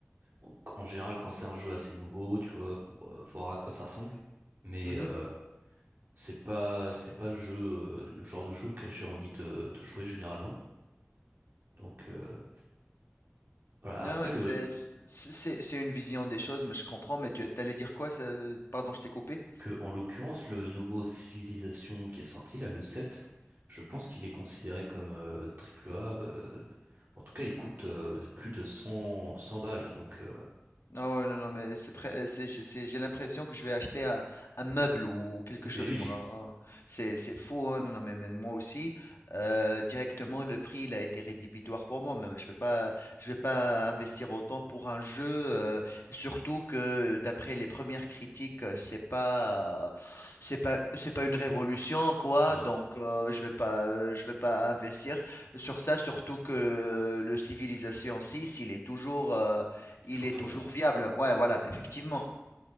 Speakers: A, on the right; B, on the left.
A: en en général, quand c'est un jeu assez nouveau, tu vois, pour euh, voir à quoi ça ressemble. Mais
B: Mhm.
A: euh, c'est pas, c'est pas le jeu, euh, le genre de jeu auquel j'ai envie de, de jouer généralement. Donc, euh, voilà.
B: Non,
A: Après,
B: mais
A: le,
B: c'est c'est- c'est- c'est une vision des choses, mais je comprends. Mais tu allais dire quoi? ça- Pardon, je t'ai coupé.
A: que, en l'occurrence, le nouveau Civilisation qui est sorti, là, le 7, je pense qu'il est considéré comme euh, triple A. euh, en tout cas, il coûte euh, plus de 100 100 balles. Donc, euh,
B: Non ouais, non, non, mais c'est prêt, euh, c'est, j'ai c'est- j'ai l'impression que je vais acheter un, un meuble ou quelque chose,
A: Mais oui,
B: moi. hein. C'est, c'est fou, hein. Non, non, mais, mais moi aussi, euh, directement, le prix, il a été rédhibitoire pour moi. Même, je vais pas, je vais pas investir autant pour un jeu, euh, surtout que d'après les premières critiques, euh, c'est pas, euh,
A: c'est-
B: c'est pas, c'est pas une révolution, quoi.
A: non,
B: Donc, euh, je vais pas, euh, je vais pas investir sur ça, surtout que le Civilization six il est toujours, euh, il
A: il est toujours
B: est
A: très
B: toujours
A: bien.
B: viable. Ouais, voilà, effectivement.
A: Ouais.